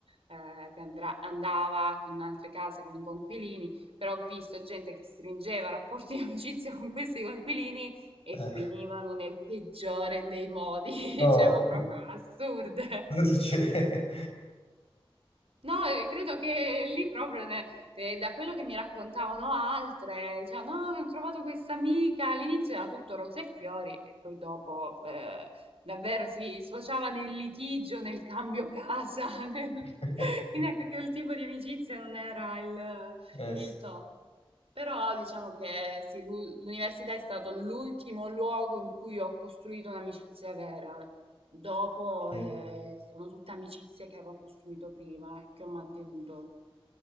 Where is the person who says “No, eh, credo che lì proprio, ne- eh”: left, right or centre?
Right